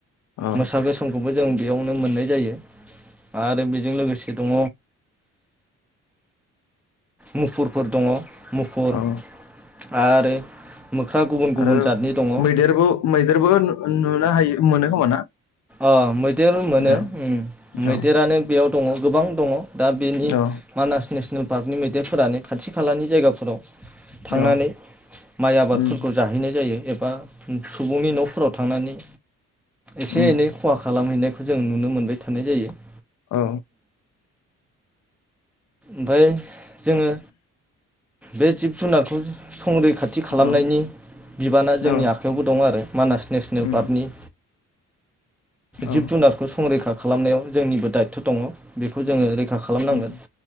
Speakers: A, on the left; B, in the centre.
A: औ
B: मोसा गोसोमखौबो जों बेयावनो मोननाय जायो आरो बेजों लोगोसे दङ मुफुरफोर दङ मुफुर
A: औ
B: आरो मोख्रा गुबुन गुबुन
A: आरो
B: जातनि दङ
A: मैदेरबो मैदेरबो नुनो हायो। मोनो खोमा ना।
B: अम मैदेर मोनो
A: औ
B: मैदेरानो
A: औ
B: बेयाव दङ। गोबां दङ दा बेनि
A: औ
B: मानास नेसनेल पार्कनि मैदेरफोरानो खाथि खालानि जायगाफोराव। थांनानै
A: औ
B: माइ आबादफोरखौ
A: उम
B: जाहैनाय जायो एबा। बा सुबुंनि नफोराव थांनानै। एसे
A: उम
B: एनै खालामहैनायखौ जों नुनो मोनबाय थानाय जायो।
A: औ
B: ओमफ्राय जोङो। बे जिब जुनारफोरखौ संरैखाथि खालामनायनि
A: औ
B: बिबाना जोंनि
A: औ
B: आखायावबो दं आरो मानास नेसनेल
A: उम
B: पार्कनि।
A: औ
B: जिब जुनारखौ संरैखा। खालामनायाव जोंनिबो दायथ दङ बेखौ जोङो। आथा खालामनांगोन।
A: उम